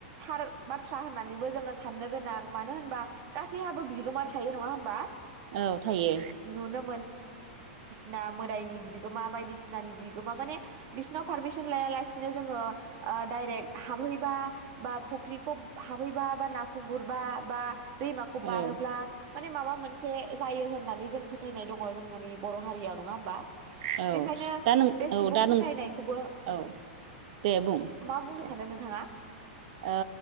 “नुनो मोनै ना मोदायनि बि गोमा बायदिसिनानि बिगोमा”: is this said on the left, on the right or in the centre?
Right